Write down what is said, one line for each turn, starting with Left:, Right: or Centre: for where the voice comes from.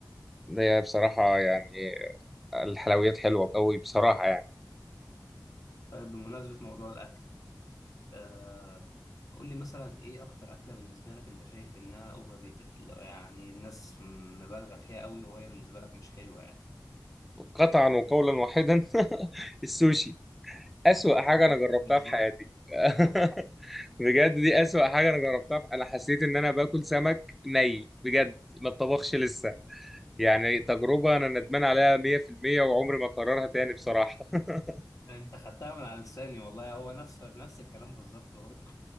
Centre: هي بصراحه يعني الحلويات حلوه قوي بصراحه يعني
Left: طيب بمناسبة موضوع الأكل آه قول لي مثلا إيه أكتر أكلة بالنسبة لك أنت شايف إنها أوفر ريتد يعني الناس مبالغة فيها قوي وهي بالنسبة لك مش حلوة يعني
Centre: قطعا وقولا واحدا <laughs> السوشي اسوأ حاجه
Left: ب-
Centre: انا جربتها
Left: بالظبط
Centre: في حياتي <laughs>
Left: <laughs>
Centre: بجد دي أسوأ حاجة أنا جربتها أنا حسيت إن أنا باكل سمك ني بجد ما اتطبخش لسه يعني تجربة أنا ندمان عليها 100% وعمري ما أكررها تاني بصراحة <laughs>
Left: أنت خدتها من على لساني والله هو نفس نفس الكلام بالظبط برضه